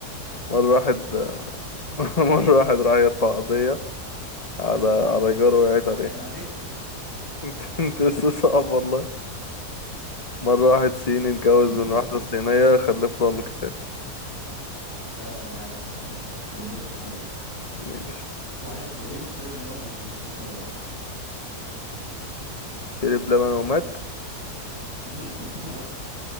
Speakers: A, on the left; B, on the left.
A: مرة واحد <laughs> مرة واحد راح يرفع قضية على على جاره وقعت عليه
B: وقعت عليه
A: <laughs> انت انت لسه صعب والله مرة واحد صيني اتجوز
B: <laughs> بص
A: من واحدة صينية خلف له مكاسات
B: اه دي عارفها الصراحة طب بص اسمع دي
A: ماشي
B: واحد طويل شرب لبن ومات إيه السبب
A: شرب لبن ومات
B: <laughs> اه